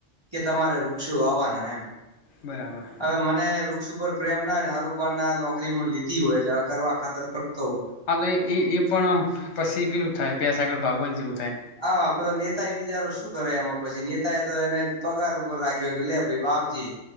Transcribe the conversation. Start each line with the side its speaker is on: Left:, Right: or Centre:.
Right: કે તમારે વૃક્ષો વાવના એમ
Left: બરાબર
Right: હવે મને વૃક્ષ ઉપર પ્રેમ નાને હરુભન ના નોકરી મલી હી હોય એટલે કરવા ખાતર કરતો હુ
Left: હા તો એ એ પણ પછી પીલું થાય ભેસ આગળ ભાગવત જેવું થાય
Right: હા પેલોને નેતા બિચારો શું કરે એમાં પછી નેતા એ તો એને પગાર ઉપર રાખ્યો કે લે ભાઈ વાવજે